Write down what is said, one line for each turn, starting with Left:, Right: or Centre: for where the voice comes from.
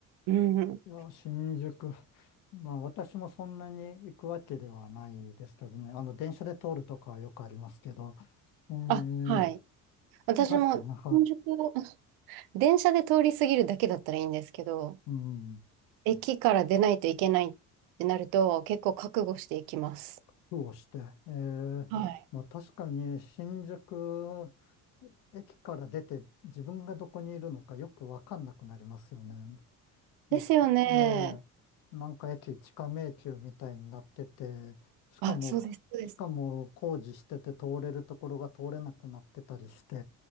Right: うん。
Left: いや、新宿。<laughs> まあ、私もそんなに行くわけではないですけどね。あの、電車で通るとかはよくありますけど。えー、
Right: あ、はい。私も新宿を
Left: 確かに、は
Right: 電車で通り過ぎるだけだったらいいんですけど、
Left: い。うん。
Right: 駅から出ないといけないってなると結構覚悟していきます。
Left: 苦労して。えー、
Right: はい。
Left: まあ、確かに、新宿駅から出て、自分がどこにいるのかよくわかんなくなりますよね。
Right: ですよね。
Left: うんええ、なんか駅地下迷宮みたいになってて、しかも、
Right: あ、そうです、
Left: こしかも工事してて通れるところが通れなくなってたりして、
Right: そうです。